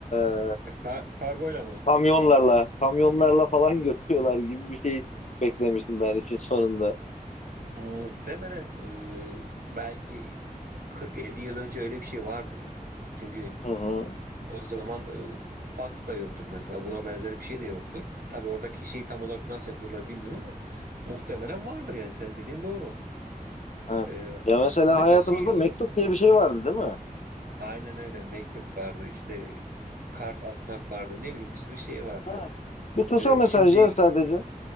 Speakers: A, on the left (about 50°); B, on the right (about 85°).
A: E,
B: Ka- kargoyla mı?
A: kamyonlarla, kamyonlarla falan <laughs> götürüyorlar gibi bir şey beklemiştim ben işin sonunda.
B: Muhtemelen e, belki 40-50 yıl önce öyle bir şey vardır. Çünkü
A: Hı hı.
B: O zaman e, fax da yoktur mesela. Buna benzer bir şey de yoktur. Tabii oradaki şeyi tam olarak nasıl yapıyorlar bilmiyorum ama muhtemelen vardır yani. Senin dediğin doğru.
A: Evet.
B: E,
A: Ya mesela
B: mesela
A: hayatımızda
B: şey
A: mektup diye bir şey vardı değil mi?
B: aynen öyle mektup vardı işte kart atmak vardı ne bileyim bir sürü şey vardı.
A: Evet. Bir kısa
B: E,
A: mesaj
B: şimdi
A: ya sadece.